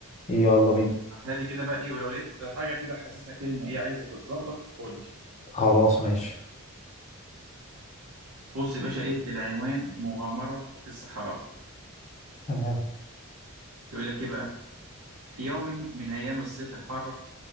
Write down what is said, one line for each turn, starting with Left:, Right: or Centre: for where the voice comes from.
Left: يلا بينا
Right: على الهادي كده بقى إيه ولو لقيت حاجة كده حاسسها كلمة إيه عايزة تتظبط قول لي
Left: خلاص ماشي
Right: بص يا باشا إيه العنوان مغامرة في الصحراء
Left: تمام
Right: يقول لك إيه بقى في يوم من أيام الصيف الحارة